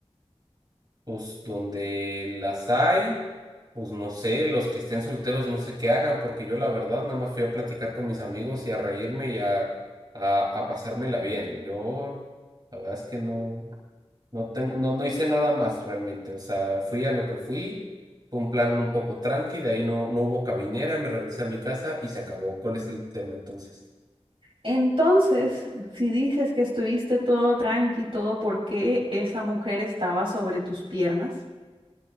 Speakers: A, on the right; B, on the right.
A: Pues donde las hay, pues no sé, los que estén solteros no sé qué hagan, porque yo la verdad nada más fui a platicar con mis amigos y a reírme y a, a, a pasármela bien. Yo la verdad es que no, no tengo, no, no hice nada más realmente. O sea, fui a lo que fui. Fue un plan un poco tranqui, de ahí no, no hubo caminera, me regresé a mi casa y se acabó. ¿Cuál es el tema entonces?
B: Entonces, si dices que estuviste todo tranqui, todo porque esa mujer estaba sobre tus piernas,